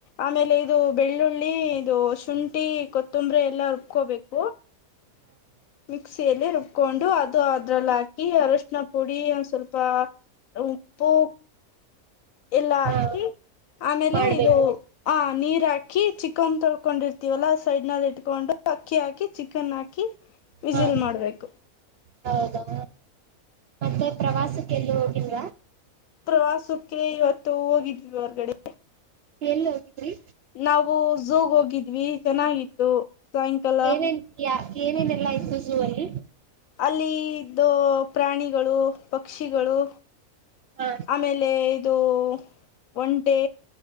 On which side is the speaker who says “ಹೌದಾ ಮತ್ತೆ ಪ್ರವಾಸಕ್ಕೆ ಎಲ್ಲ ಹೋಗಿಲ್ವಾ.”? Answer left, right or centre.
Right